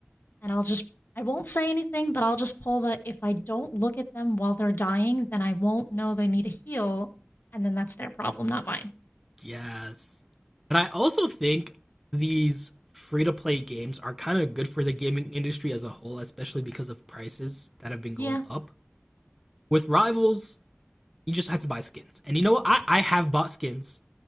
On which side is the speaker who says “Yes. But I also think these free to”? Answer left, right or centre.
Centre